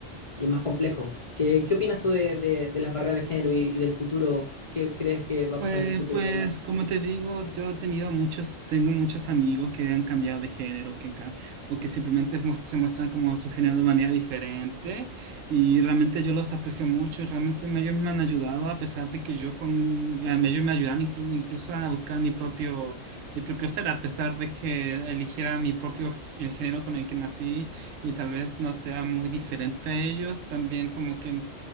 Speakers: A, on the left (about 50°); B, on the right (about 75°).
A: Y es más complejo. ¿Qué, qué opinas tú de, de, de las barreras de género y, y del futuro? ¿Qué crees que va a
B: Pues,
A: pasar en el futuro
B: pues,
A: con las barreras?
B: como te digo, yo he tenido muchos, tengo muchos amigos que han cambiado de género, que, ca- o que simplemente es muest- se muestran como su género de manera diferente, y realmente yo los aprecio mucho, y realmente me- ellos me han ayudado, a pesar de que yo con, a mí ellos me ayudaron inclu- incluso a buscar mi propio, mi propio ser, a pesar de que eligiera mi propio, g- el género con el que nací, y tal vez no sea muy diferente a ellos, también como que